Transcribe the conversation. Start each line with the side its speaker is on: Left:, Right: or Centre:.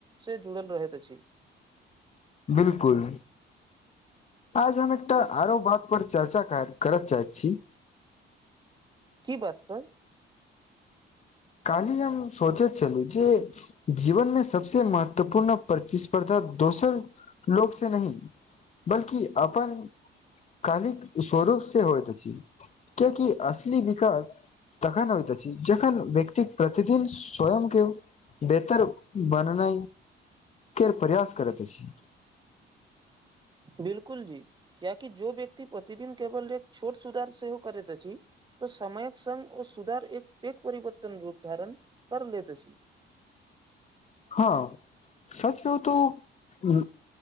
Right: से जुड़ल रहत। त छी।
Left: 'बिलकुल'। आज हम एकटा आरो बात पर चर्चा कैत करय चाहैत छी।
Right: की बात पर?
Left: काल्हि हम सोचैत छललू, जे जीवनमे सबसे महत्वपूर्ण प्रतिस्पर्धा दोसर लोको से नहि, बल्कि अपन कालि स्वरूप से होइत अछि, कियाकि इ बिकास तखन होइत अछि, जखन बि दिक प्रतिदिन स्वयं के बेहतर बननै केर प्रयास करैत अछी।
Right: बिलकुल जी! कियाकि जो व्यक्ति प्रतिदिन केवल एक छोट सुधार सेहो करैत अछि। तऽ समयक संग ओ सुधार एक पेघ परिवर्तन रूप धारण कर लेत अछी।
Left: हँ, सच कहु त